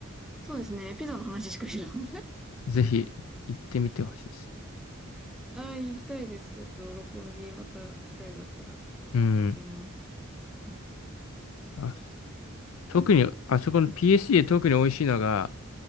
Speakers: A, in the centre; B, on the left.
A: そうですね。ピザの話しか知らん。<laughs>
B: ぜひ行ってみてほしいです。
A: ああ、行きたいです。ちょっと、六本木、また機会があったら
B: うん。
A: 行ってみます。うん、
B: あ特に、あそこの PSC で特に美味しいのが、